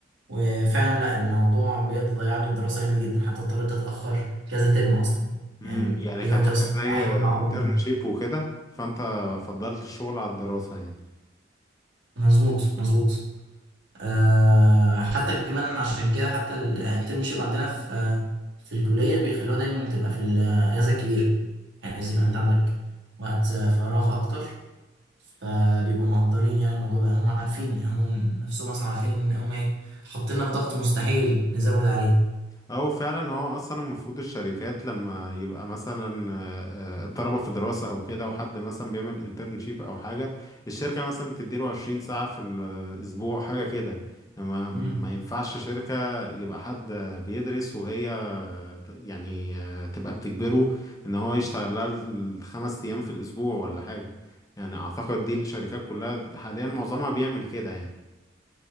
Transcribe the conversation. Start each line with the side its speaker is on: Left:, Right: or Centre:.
Right: وفعلا لا الموضوع بجد ضيع لي الدراسة جامد جدا حتى اضطريت اتأخر كذا ترم اصلا
Left: امم
Right: يعني
Left: يعني
Right: دلوقتي
Left: كانت حاجة
Right: اصلا
Left: زي
Right: بحاول اعوض
Left: انترنشيب وكده فانت فضلت الشغل على الدراسة يعني
Right: مظبوط مظبوط أه حتى كمان عشان كده حتى الانترنشيب عندنا في في الكلية بيخلوها دايما تبقى في الأجازة الكبيرة يعني عايز
Left: امم
Right: يبقى انت عندك وقت آه، فراغ اكتر فبيبقوا مقدرين يعني الموضوع ده هم عارفين يعني هم نفسهم اصلا عارفين ان هم ايه حاطيننا في ضغط مستحيل نزود عليه
Left: او فعلا هو اصلا المفروض الشركات لما يبقى مثلا آه، آه، الطلبة في دراسة او كده وحد مثلا بيعمل انترنشيب او حاجة الشركة مثلا بتديله 20 ساعة في الاسبوع حاجة كده يعني ما ما
Right: مم.
Left: ينفعش شركة يبقى حد بيدرس وهي يعني آه، تبقى بتجبره ان هو يشتغل لها الخمس ايام في الاسبوع ولا حاجة يعني اعتقد دي الشركات كلها حاليا معظمها بيعمل كده يعني